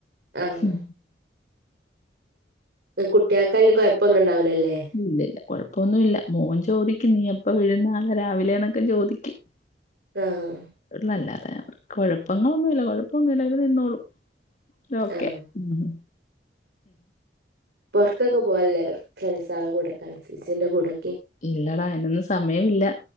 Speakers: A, on the right; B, on the left.
A: ആഹ്.
B: ഉം
A: കുട്ടികൾക്കും കുഴപ്പൊന്നും ഉണ്ടാവില്ലല്ലേ
B: ഇല്ലില്ല കൊഴപ്പൊന്നുമില്ല മോൻ ചോദിക്കും നീ എപ്പ വരും നാളെ രാവിലെന്നൊക്കെ ചോദിക്കും <inaudible>
A: ആഹ്
B: ല്ലാതെ അവർക്ക് കൊഴപ്പങ്ങളൊന്നുല്ല കൊഴപ്പൊന്നുമല്ല അവര് നിന്നോളും അല്ല ഓക്കെ
A: ആഹ്.
B: ഉം
A: പുറത്തൊക്കെ പോല്ല ഫ്രണ്ട്സാളുടെ കൂടെ കൺഫ്യൂസിന്റെ കൂടെ
B: ഇല്ലടാ അയിനൊന്നും സമയമില്ല